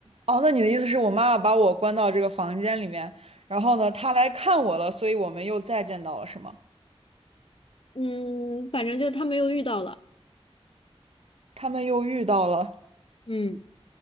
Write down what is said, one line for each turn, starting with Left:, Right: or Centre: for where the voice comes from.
Right: 哦，那你的意思是我妈妈把我关到这个房间里面，然后呢，她来看我了，所以我们又再见到了，是吗？
Left: 嗯，反正就他们又遇到了。
Right: 他们又遇到了。
Left: 嗯，